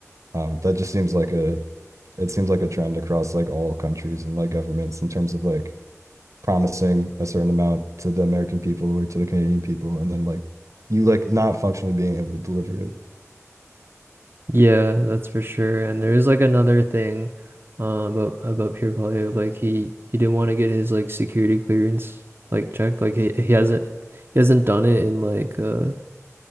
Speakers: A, on the right; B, on the right.
A: um, that just seems like a it seems like a trend across like all countries and like governments in terms of like promising a certain amount to the American people or to the Canadian people, and then like you like not functionally being able to deliver it.
B: Yeah, that's for sure. And there is like another thing, uh, about about Pierre Polyev. Like he he didn't want to get his like security clearance like checked. Like he he hasn't he hasn't done it in like uh